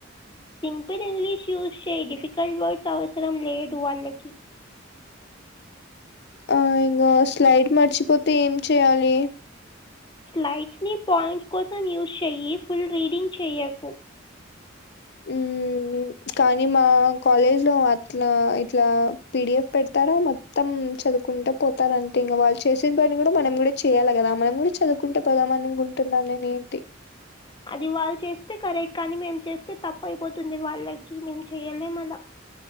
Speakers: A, on the left; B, on the left.
A: సింపుల్ ఇంగ్లీష్ యూజ్ చేయి డిఫికల్ట్ వర్డ్స్ అవసరం లేదు వాళ్ళకి
B: ఆ ఇంకా స్లైడ్ మర్చిపోతే ఏం చేయాలి
A: స్లైట్స్ని పాయింట్స్ కోసం యూస్ చెయ్యి ఫుల్ రీడింగ్ చేయకు
B: మ్ కానీ మా కాలేజ్ లో అట్లా ఇట్లా పి డి ఎఫ్ పెడతారా మొత్తం చదువుకుంట పోతారంటే ఇంకా వాళ్ళు చేసే పని కూడా మనం కూడా చేయాలి కదా మనం కూడా చదువు కుంట పోదామ అనుకుంటున్నాను నేనేంటి
A: అది వాళ్ళు చేస్తే కరెక్ట్ కానీ మేము చేస్తే తప్పయిపోతుంది వాళ్ళకి మేము చెయ్యలేమలా